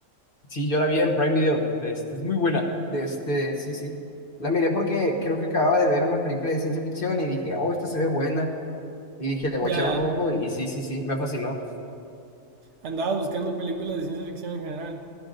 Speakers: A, on the left; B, on the right.
A: Sí, yo la vi en Prime Video. De este, es muy buena. De este, sí, sí. La miré porque creo que acababa de ver una película de ciencia ficción y dije, oh, esta se ve buena. Y dije, le voy
B: Ya,
A: a echar un ojo y sí, sí, sí, me fascinó.
B: Andabas buscando películas de ciencia ficción en general.